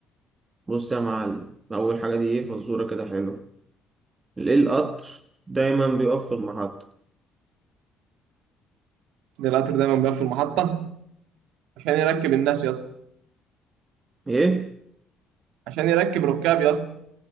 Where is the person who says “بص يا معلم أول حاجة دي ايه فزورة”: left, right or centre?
Right